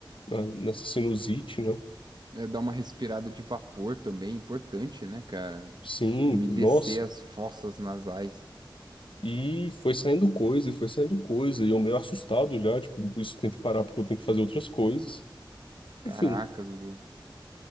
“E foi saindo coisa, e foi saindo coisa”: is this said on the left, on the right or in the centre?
Left